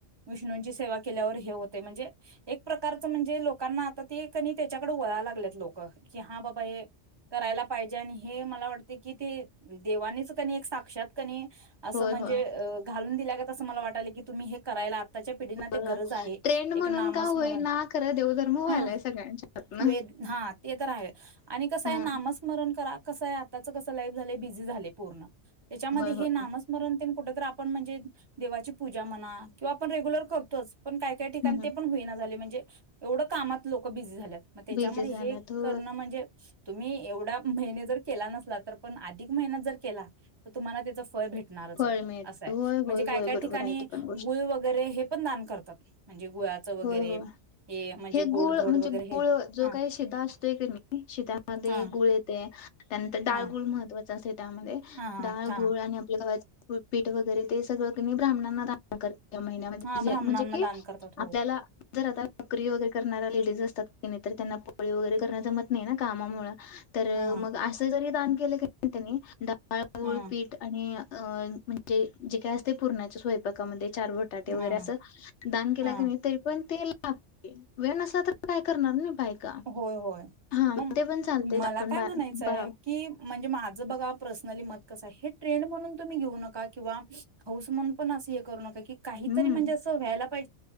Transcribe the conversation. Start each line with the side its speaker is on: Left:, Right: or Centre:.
Right: विष्णूंची सेवा केल्यावर हे होते. म्हणजे एक प्रकारच म्हणजे लोकांना आता ते कनी त्याच्याकडे वळा लागलेत लोक. की हा बाबा हे करायलागत पाहिजे आणि हे मला वाटते की ते देवानीच कनी एक साक्षात कनी असं
Left: होय
Right: म्हणजे
Left: होय होय
Right: घालून दिल्यागत तसं मला वाटायले की तुम्ही हे करायलात आताच्या पिढींना ते
Left: होय.
Right: गरज आहे
Left: ट्रेंड
Right: एक
Left: म्हणून
Right: नामस्मरण
Left: का होईना खरं देवधर्म व्हायलाय
Right: हा
Left: सगळ्यांच्या हातनं.
Right: वेद हा ते तर आहे आणि कसं
Left: हा
Right: आहे नामस्मरण करा कसं आहे. आताचं कसं लाईफ झालंय बिझी झाले पूर्ण. त्याच्यामध्ये
Left: होय
Right: हे
Left: होय
Right: नामच कुठे तर आपण म्हणजे देवाची पूजा म्हणा. किंवा आपण रेग्युलर करतोच. पण काय काही ठिकाण
Left: हम्म
Right: ते पण होईना झाले म्हणजे एवढं कामात लोक बिझी झाल्यात मग त्याच्यामध्ये
Left: बिझी झाला
Right: हे
Left: तो
Right: करणं म्हणजे तुम्ही एवढा महिने जर केला नसला तर पण अधिक महिना जर केला तर तुम्हाला त्याच फळ भेटत.
Left: फळ मिळत
Right: अस
Left: होय
Right: म्हणजे
Left: होय
Right: काय
Left: होय
Right: काय
Left: बरोबर
Right: ठिकाणी
Left: आहे ती पण
Right: गुळ वगैरे हे पण दान करतात. म्हणजे गुळाचं वगैरे
Left: हो हो
Right: म्हणजे
Left: हे
Right: गोडधोड
Left: गुळ म्हणजे
Right: वगैरे
Left: गुळ
Right: हे
Left: जो
Right: हा
Left: काही शिधा असतोय का नाही शिधामध्ये
Right: हा
Left: गुळ येतोय त्यानंतर डाळगुळ
Right: हा
Left: महत्त्वा तसेच त्यामध्ये
Right: हा हा
Left: डाळ
Right: अठ्ठा
Left: गुळ आणि आपल गव्हाचं म पीठ वगैरे ते सगळं कनी ब्राह्मणांना दान कर त्या महिन्यामध्ये
Right: हा ब्राह्मणांना
Left: म्हणजे कि
Right: दान करतात हो
Left: आपल्याला जर आता नोकरी वगैरे करणाऱ्या लेडीज असतात तर त्यांना पोळी वगैरे करन जमत नाही ना कामामुळ तर
Right: हा
Left: मग असं जरी दान केलं कणी त्यांनी दान- डाळ, गुळ,
Right: हा
Left: पीठ आणि- अ म्हणजे, जे काय असते पुरणाच्या स्वयंपाकामध्ये- चार बटाटे वगैरे
Right: हा
Left: अस दान- तिला
Right: हा
Left: कणी तरी पण- तेल लाव की वेळ नसला तर काय करणार बायका.
Right: होय होय
Left: हा
Right: मग
Left: ते पण चालते
Right: मला
Left: आपण
Right: काय
Left: बा
Right: म्हणायचंय
Left: बा
Right: की, म्हणजे माझं बघा- प्रसनली मत कसं आहे? हे ट्रेड म्हणून तुम्ही घेऊ नका किंवा हौस म्हणून पण अस हे करू नका की- की काहीतरी
Left: हम्म
Right: म्हणजे असं व्हायला -